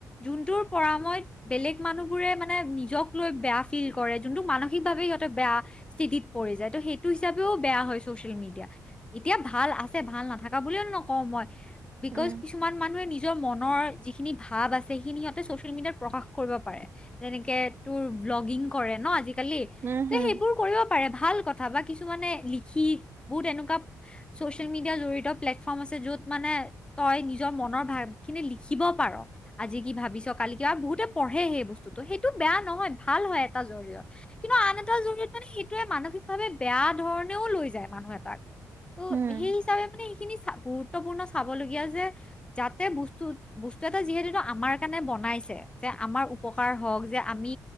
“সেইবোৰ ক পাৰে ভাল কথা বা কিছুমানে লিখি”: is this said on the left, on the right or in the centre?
Left